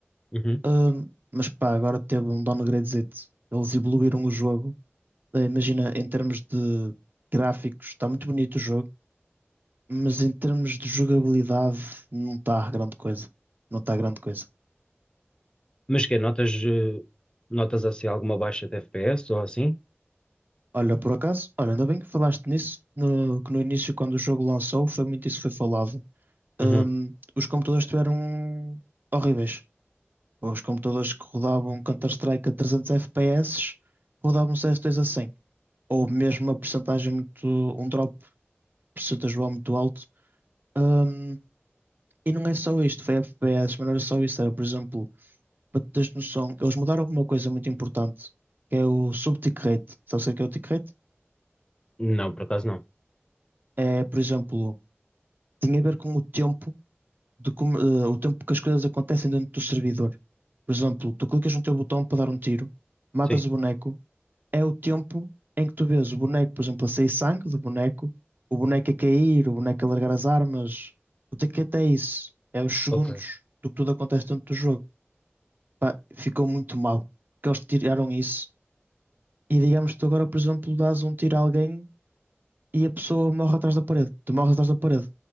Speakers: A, on the left (about 20°); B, on the right (about 45°).
A: Uhum.
B: Ahm, mas pá, agora teve um downgradezito. Eles evoluíram o jogo. Eh, Imagina, em termos de gráficos, está muito bonito o jogo mas em termos de jogabilidade não está grande coisa. Não está grande coisa.
A: Mas que notas, eh, notas assim alguma baixa de FPS ou assim?
B: Olha, por acaso, olha, ainda bem que falaste nisso, no- que no início, quando o jogo lançou, foi muito isso que foi falado.
A: Uhum.
B: Hum, os computadores estiveram horríveis. Os computadores que rodavam Counter-Strike a 300 FPS rodavam CS2 a 100. Ou mesmo uma percentagem muito, um drop percentual muito alto. Hum, e não é só isto, foi FPS, mas não era só isso. Era, por exemplo, para tu teres noção, eles mudaram alguma coisa muito importante, que é o sub-tick rate. Sabes o que é o tick rate?
A: Não, por acaso não.
B: É, por exemplo, tem a ver com o tempo de como, eh, o tempo que as coisas acontecem dentro do servidor. Por exemplo, tu clicas no teu botão para dar um tiro, matas
A: Sim.
B: o boneco, é o tempo em que tu vês o boneco, por exemplo, a sair sangue do boneco, o boneco a cair, o boneco a largar as armas. O tick rate é isso, é os segundos
A: Ok.
B: do que tudo acontece dentro do jogo. Pá, ficou muito mal, porque eles tiraram isso E digamos que tu agora, por exemplo, dás um tiro a alguém e a pessoa morre atrás da parede. Tu morres atrás da parede.